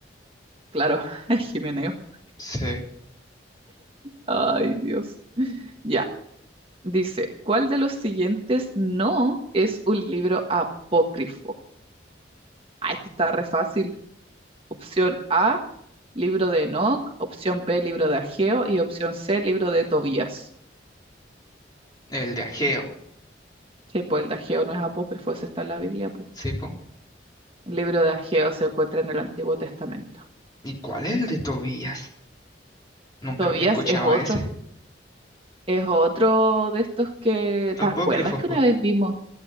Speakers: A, on the right; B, on the left.
A: Claro, <laughs> Jimeneo.
B: Sí,
A: Ay, Dios. Ya, dice, ¿cuál de los siguientes no es un libro apócrifo? Ah, esto está re fácil. Opción A, libro de Enoc. Opción B, libro de Ageo. Y opción C, libro de Tobías.
B: el de Ageo.
A: Que pues el de Ageo no es apócrifo, ese está en la Biblia, pu.
B: Sí, po.
A: El libro de Ageo se encuentra en el Antiguo Testamento.
B: ¿Y cuál es el de Tobías? Nunca
A: Tobías
B: había escuchado
A: es otro.
B: ese.
A: Es otro de estos que,
B: Apócrifos,
A: ¿te acuerdas que
B: po.
A: una vez vimos?